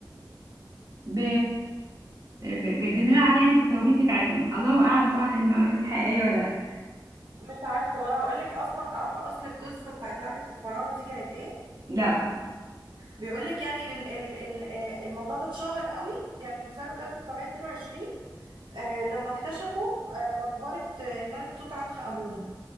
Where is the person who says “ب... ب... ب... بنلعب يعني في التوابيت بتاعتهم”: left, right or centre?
Right